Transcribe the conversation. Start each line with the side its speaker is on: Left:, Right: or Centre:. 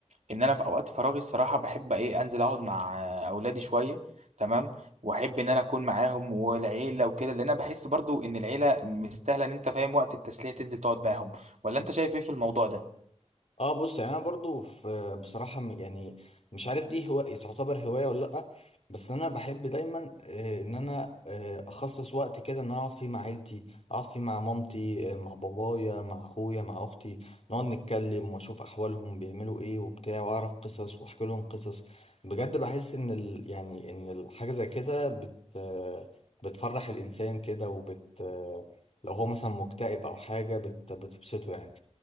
Right: ان انا في اوقات فراغي الصراحه بحب ايه انزل اقعد مع اولادي شويه تمام واحب ان انا اكون معاهم والعيله وكده لان انا بحس برضو ان العيله مستاهله ان انت فاهم وقت التسليه تنزل تقعد معاهم ولا انت شايف ايه في الموضوع ده
Left: اه بص يعني انا برضو في بصراحه م- يعني مش عارف دي هو تعتبر هوايه ولا لا بس انا بحب دايما آه، ان انا آه، اخصص وقت كده ان انا اقعد فيه مع عيلتي اقعد فيه مع مامتي آه، مع بابايا مع اخويا مع اختي نقعد نتكلم واشوف احوالهم بيعملوا ايه وبتاع واعرف قصص واحكي لهم قصص بجد بحس ان ال يعني ان الحاجه زي كده بت آه، بتفرح الانسان كده وبت آه، لو هو مثلا مكتئب او حاجه بت بتبسطه يعني